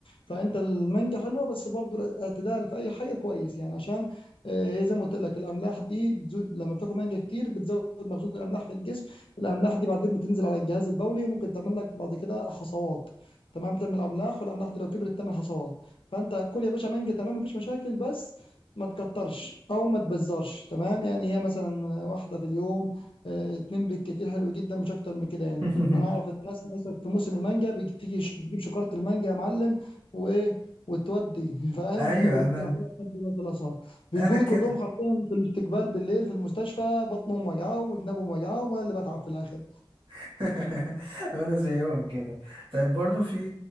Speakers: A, on the left; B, on the right.
A: فانت المانجا حلوه بس برضو الاعتدال في اي حاجه كويس يعني عشان آه، هي زي ما قلت لك الاملاح دي بتزود لما بتاكل مانجا كتير بتزود مخزون الاملاح في الجسم الاملاح دي بعدين بتنزل على الجهاز البولي وممكن تعمل لك بعد كده حصوات تمام تعمل املاح والاملاح دي لو كبرت تعمل حصوات فانت كل يا باشا مانجا تمام مفيش مشاكل بس ما تكترش او ما تبزرش تمام يعني هي مثلا واحده في اليوم آه، اتنين بالكتير حلو جدا مش اكتر من كده يعني
B: <laughs>
A: انا اعرف الناس مثلا في موسم المانجا بتيجي بتجيب شكاره المانجا يا معلم وايه وتودي <laughs> فاهم
B: ايوه
A: تقعد
B: انا
A: تعمل لحد ما تلصها بيجوا
B: انا كده
A: لي كلهم حرفيا في الاستقبال بالليل في المستشفى بطنهم وجعهم وجنابهم وجعهم وانا اللي بتعب في الاخر
B: <laughs> انا زيهم كده طيب برضو في